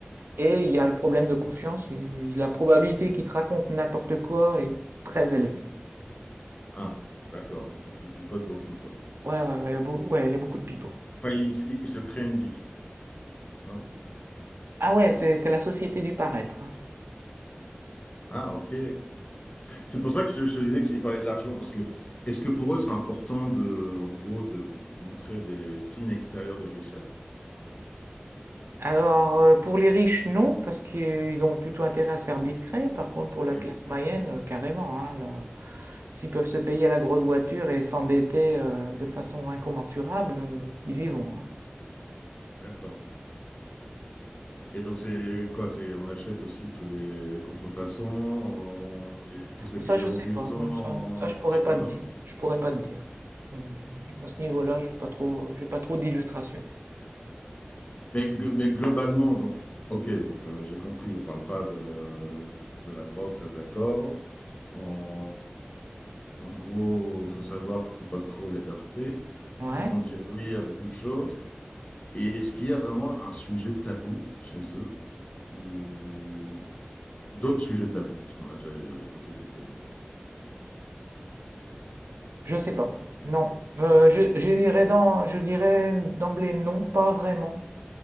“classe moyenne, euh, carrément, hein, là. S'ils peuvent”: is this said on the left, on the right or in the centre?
Right